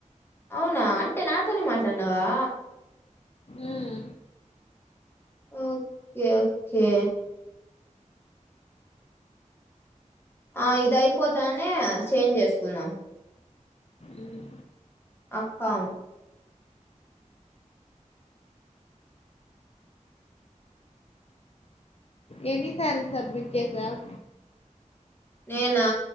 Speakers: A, on the left; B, on the left.
A: అవునా అంటే నాతోనే మాట్లాడినావా
B: ఉమ్
A: ఓకే ఓకే ఆ ఇద అయిపోతానే చేంజ్ చేసుకుందాం
B: ఉమ్.
A: అఫ్న్
B: ఎన్ని సార్లు సబ్మిట్ చేసావ్
A: నేనా